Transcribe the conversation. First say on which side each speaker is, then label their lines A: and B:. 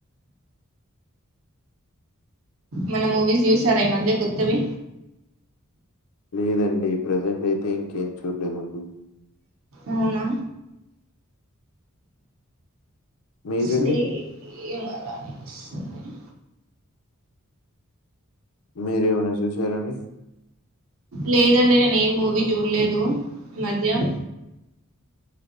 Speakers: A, on the right (about 65°); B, on the left (about 85°).
A: మన్నా మూవీస్ చూసారా ఈ మధ్య కొత్తవి?
B: లేదండి, ప్రజెంట్ అయితే ఇంకేం చూడలేదండి.
A: అవునా
B: మీరండి?
A: సేమ్ అలానే వస్తుంది
B: మీరేమైనా చూసారండి?
A: లేదండి నేనేమ్ మూవీ జూడలేదు మధ్య